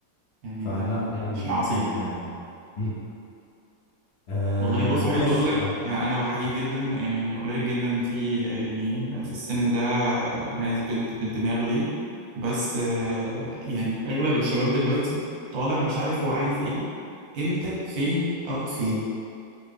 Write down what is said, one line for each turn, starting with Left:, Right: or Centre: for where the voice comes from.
Right: يعني
Left: فلا
Right: ده ده
Left: يعني
Right: ده شيء عظيم
Left: جا... آه، مم. آه
Right: والله بص
Left: وبس
Right: عايز اقول لك
Left: يعني
Right: انا بحييك جدا يعني انه قليل جدا في يعني في السن ده ناس بت- بالدماغ دي بس آه، يعني اغلب الشباب دلوقتي طالع مش عارف هو عايز ايه امتى فين اروح فين